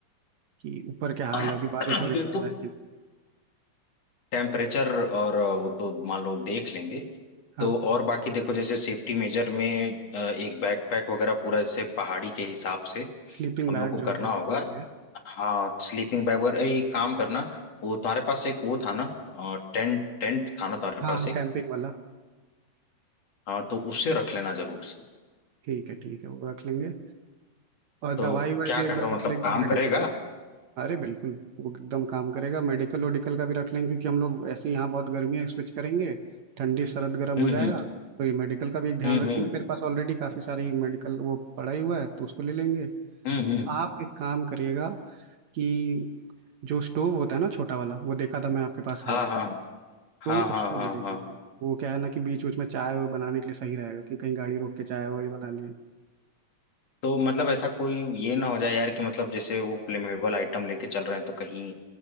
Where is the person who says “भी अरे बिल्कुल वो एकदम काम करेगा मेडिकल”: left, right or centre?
Right